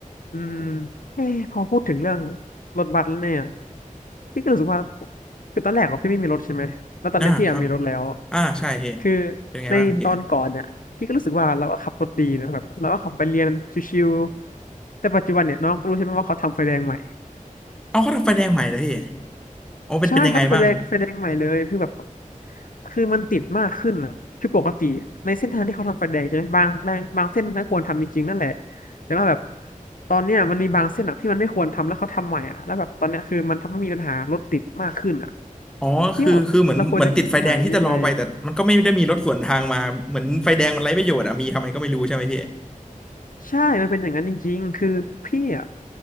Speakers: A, on the left; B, in the centre.
A: อืมเอ้พอพูดถึงเรื่องรถบัสแล้วเนี่ยพี่ก็รู้สึกว่าคือตอนแรกอะพี่ไม่มีรถใช่ไหมแล้วตอนเนี้ยพี่อะมีรถแล้ว
B: อ่าครับอ่าใช่พี่
A: คือ
B: เป็นไงบ้างพี่
A: ในตอนก่อนเนี่ยพี่ก็รู้สึกว่าเราก็ขับรถดีนะแบบเราก็ขับไปเรียนชิวๆแต่ปัจจุบันเนี่ยน้องก็รู้ใช่ไหมว่าเขาทำไฟแดงใหม่
B: เอาเขาทำไฟแดงใหม่เหรอพี่อ๋อเป็นเป็นยังไงบ้าง
A: ใช่เขาจะไฟแดงไฟแดงใหม่เลยคือแบบคือมันติดมากขึ้นอ่ะคือปกติในเส้นทางที่เขาทำไฟแดงใช่ไหมบางบางบางเส้นมันก็ควรทำจริงๆนั่นแหละแต่ว่าแบบตอนเนี้ยมันมีบางเส้นอ่ะที่มันไม่ควรทำแล้วเขาทำใหม่อ่ะแล้วแบบตอนเนี้ยคือมันทำให้มีปัญหารถติดมากขึ้นอ่ะ
B: อ๋อคือคือเหมือนเหมือนติดไฟแดงที่จะรอไปแต่มันก็ไม่ได้มีรถสวนทางมาเหมือนไฟแดงมันไร้ประโยชน์อะมีทำไมก็ไม่รู้ใช่ไหมพี่
A: ที่แบบเราควรจะแก้ปัญหายังไง ใช่มันเป็นอย่างนั้นจริงๆ คือพี่อ่ะ